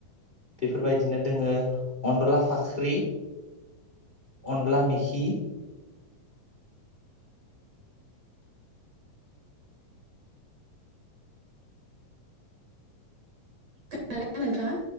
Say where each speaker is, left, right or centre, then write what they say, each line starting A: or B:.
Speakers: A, on the left; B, on the right.
A: बेफोरबायदि बिदिनो दोङो अनदला फाख ख्रि अनला मि खि
B: खोना <unintelligible> नोंथाङा?